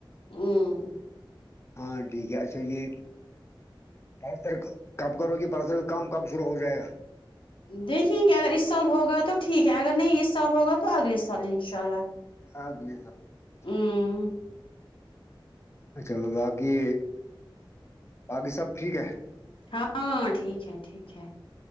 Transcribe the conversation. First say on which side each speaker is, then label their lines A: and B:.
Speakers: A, on the left; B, on the left.
A: ہمم
B: ہاں ٹھیک ہے اچھا یہ پر سر کب کرو گی پرسر کا کام کب شروع ہو جائے گا
A: دیکھیں گے اگر ا اس سال ہوگا تو ٹھیک ہے اگر نہیں اس سال ہوگا تو اگلے سال ان شاء اللہ
B: <unintelligible>
A: ہمم
B: اچھا باقی باقی سب ٹھیک ہے
A: ہاں ٹھیک ہے ٹھیک ہے